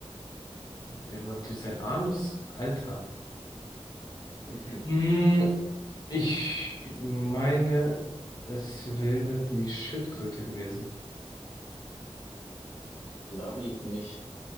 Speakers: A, on the left (about 35°); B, on the left (about 80°).
A: Der war durch seinen Anus, Alter.
B: Mhm.
A: Mm, Ich meine, es wäre die Schildkröte gewesen.
B: Labi, mich,